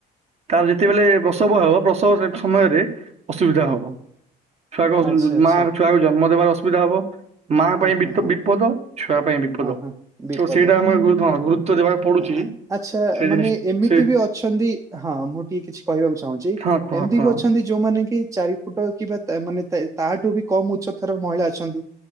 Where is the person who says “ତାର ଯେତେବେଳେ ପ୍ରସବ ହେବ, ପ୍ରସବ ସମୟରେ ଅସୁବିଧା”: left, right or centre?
Right